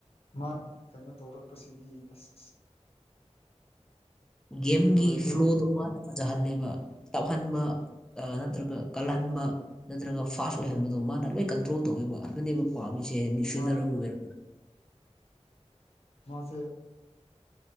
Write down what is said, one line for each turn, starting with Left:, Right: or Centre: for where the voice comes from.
Left: ꯃꯥ ꯀꯩꯅꯣ ꯇꯧꯔꯛꯄꯁꯤꯗꯤ ꯑꯁ꯫
Centre: ꯒꯦꯝꯒꯤ
Left: ꯂꯣꯏꯔꯦꯍꯦ
Centre: ꯐ꯭ꯂꯣꯗꯣ ꯃꯥꯅ ꯐꯖꯍꯜꯂꯦꯕ ꯇꯞꯍꯟꯕ꯫ ꯑ ꯅꯠꯇ꯭ꯔꯒ ꯀꯜꯍꯟꯕ ꯅꯠꯇ꯭ꯔꯒ ꯐꯥꯁ ꯑꯣꯏꯍꯟꯕꯗꯣ ꯃꯥꯅ ꯂꯣꯏ ꯀꯟꯇ꯭ꯔꯣꯜ ꯇꯧꯋꯦꯕ ꯑꯗꯨꯅꯦꯕ꯫ ꯄꯥꯃꯤꯁꯦ ꯃꯤꯗꯤꯐꯤꯜꯗꯔ
Left: ꯃꯥꯅꯦ
Centre: ꯑꯃꯝ ꯑꯣꯏꯔꯒ꯫
Left: ꯃꯥ ꯁꯦ꯫